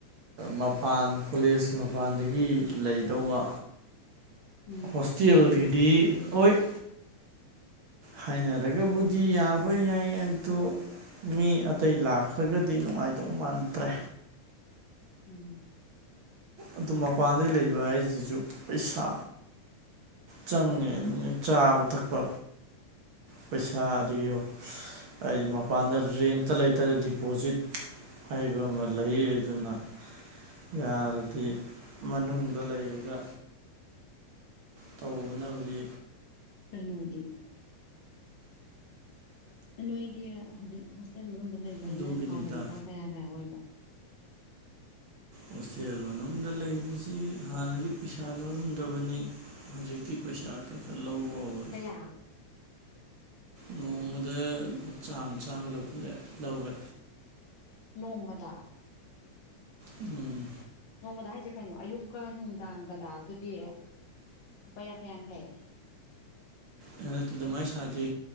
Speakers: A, on the right; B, on the left.
A: ꯃꯄꯥꯟ ꯀꯂꯦꯖꯀꯤ ꯃꯄꯥꯟꯗꯒꯤ ꯂꯩꯗꯧꯕ
B: ꯎꯝ
A: ꯍꯣꯁꯇꯦꯜ ꯔꯗꯤ ꯑꯣꯏꯣꯏ ꯍꯥꯏꯅꯔꯒꯕꯨꯗꯤ ꯌꯥꯕ ꯌꯥꯏ ꯑꯗꯣ ꯃꯤ ꯑꯇꯩ ꯂꯥꯛꯈ꯭ꯔꯒꯗꯤ ꯅꯨꯡꯉꯥꯏꯗꯧ ꯃꯥꯟꯗ꯭ꯔꯦ
B: ꯎꯝ
A: ꯑꯗꯨ ꯃꯄꯥꯟꯗꯩ ꯂꯩꯕ ꯍꯥꯏꯁꯤꯁꯨ ꯄꯩꯁꯥ ꯆꯪꯉꯦ ꯆꯥꯕ ꯊꯛꯄ ꯄꯩꯁꯥꯗꯣ ꯍꯥꯏꯗꯤ ꯃꯄꯥꯟꯗ ꯔꯦꯟꯇ ꯂꯩꯇꯔꯦ ꯗꯤꯄꯣꯖꯤꯠ ꯍꯥꯏꯕꯝꯕ ꯂꯩ ꯑꯗꯨꯅ ꯌꯥꯔ ꯍꯥꯏꯗꯤ ꯃꯅꯨꯡꯗ ꯂꯩꯔꯒ ꯇꯧꯕꯕꯨꯗꯤ
B: ꯀꯩꯅꯣꯗꯤ ꯎ ꯅꯣꯏꯒꯤ ꯍꯧꯖꯤꯛ ꯍꯣꯇꯦꯜ ꯃꯅꯨꯡꯗ ꯂꯩꯕ
A: ꯑꯗꯨꯒꯤꯅꯤꯗ
B: ꯑꯩꯅ ꯊꯥꯗ ꯂꯨꯄꯥ ꯀꯌꯥ ꯀꯌꯥ ꯑꯣꯏꯕ
A: ꯍꯣꯁꯇꯦꯜ ꯃꯅꯨꯡꯗ ꯂꯩꯕꯁꯤ ꯍꯥꯟꯅꯗꯤ ꯄꯩꯁꯥ ꯂꯧꯔꯝꯗꯕꯅꯤ ꯍꯧꯖꯤꯛꯇꯤ ꯄꯩꯁꯥ ꯈꯔ ꯈꯔ ꯂꯧꯕ ꯍꯧꯔꯦ
B: ꯀꯌꯥ
A: ꯅꯣꯡꯃꯗ ꯂꯨꯄꯥ ꯆꯥꯝꯃ ꯆꯥꯝꯃ ꯂꯧꯈꯠꯂꯑꯦ ꯂꯧꯔꯦ
B: ꯅꯣꯡꯃꯗ
A: ꯎꯝ
B: ꯅꯣꯡꯃꯗ ꯍꯥꯏꯁꯦ ꯀꯩꯅꯣ ꯑꯌꯨꯛꯀ ꯅꯨꯡꯗꯥꯡꯒ ꯇꯥꯔꯒꯗꯤ ꯄꯨꯡ ꯂꯨꯄꯥ ꯌꯥꯡꯈꯩ ꯌꯥꯡꯈꯩ
A: ꯑꯩꯅ ꯑꯗꯨꯃꯥꯏꯅ ꯁꯥꯗꯦ